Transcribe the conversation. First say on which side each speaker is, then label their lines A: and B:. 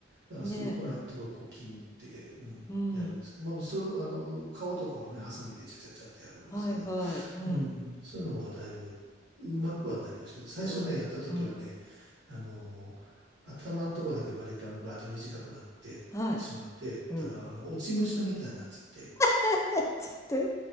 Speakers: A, on the right (about 55°); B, on the left (about 15°).
A: だから、
B: ねえ、
A: そこら辺のとこはこう切って、うん、
B: うん。
A: やるんですけど、まあ、それ、あの、顔とかはね、ハサミでちゃちゃちゃってやるんですけど、
B: はいはい。うん。
A: うん、そういうのはだいぶうまくはなりましたけど、最初ね、
B: うわ、
A: やった時はね、
B: うん。
A: あのー頭のとこだけバリカンがあって短くなってしまって、
B: はい。うん。
A: たら、あの、落ち武者みたいになっちゃって、
B: <laughs> ちょっと